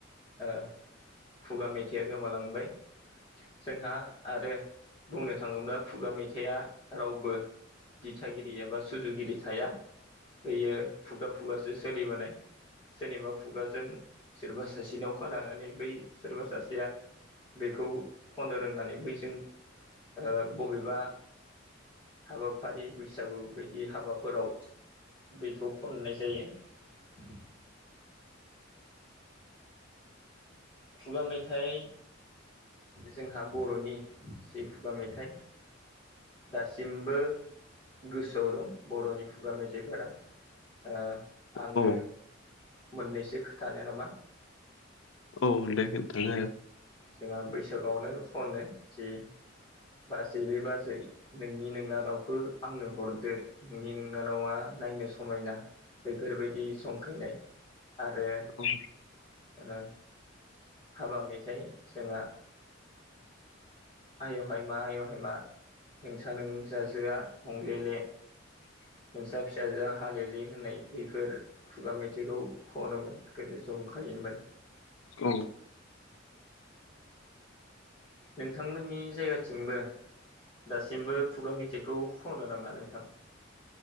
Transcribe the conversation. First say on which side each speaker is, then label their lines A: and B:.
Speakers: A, on the left (about 25°); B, on the left (about 70°).
A: ओ खुगा मेथाइया गोमालांबाय जोंहा आरो बुंनो थाङोब्ला खुगा मेथाइआ रावबो दिथागिरि एबा सुजुगिरि थाया बैयो खुगा खुगासो सोलिबोनाय सोरनिबा खुगाजों सोरबा सासेनाव खोनानानै बै सोरबा सासेया बेखौ खननो रोंनानै बैजों ओ बबेबा हाबाफारि बैसागु बैयदि हाबाफोराव बैखौ खननाय जायो लांदां खुगा मेथाइ जोंहा बर'नि जि खुगा मेथाइ दासिमबो गोसोआव दं बर'नि खुगा मेथाइफोरा ओ आङो
B: औ
A: मोननैसो खोथानो नामा?
B: औ दे खिन्थानो हागोन
A: जोंहा बैसागआवनो खनो जि बाजैलै बाजै नोंनि नोंनानावखौ आंनो हरदो नोंनि नोंनानावा नायनो समायना बैफोरबायदि जंखैनाय। आरो
B: हो
A: ओ हाबा मेथाइ जोंहा। आय' हाय मा आय हाय मा नोंसा नोंसाजोआ हंलेले। नोंसा फिसाजोआ हालेले होननाय बैफोर खुगा मेथाइखौ खनोमोन गोदो जंखायोमोन।
B: औ।
A: नोंथांमोननि जायगाथिंबो दासिमबो खुगा मेथाइखौ खनो नामा नोंथां?